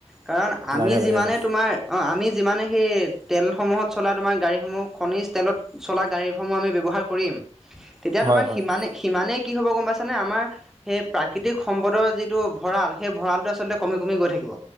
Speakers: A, in the centre; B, on the right.
A: কাৰণ আমি
B: লাগে লাগে
A: যিমানে
B: হয়।
A: তোমাৰ অ', আমি যিমানে সেই তেলসমূহত চলা তোমাৰ গাড়ীসমূহ খনিজ তেলত চলা গাড়ীসমূহ আমি ব্যৱহাৰ কৰিম। তেতিয়া
B: হয়
A: তোমাৰ
B: হয়
A: সিমানে-সিমানেই কি হ'ব গম পাইছানে আমাৰ সেই প্ৰাকৃতিক সম্পদৰ যিটো ভঁৰাল, সেই ভঁৰালটো আচলতে কমি-কমি গৈ থাকিব।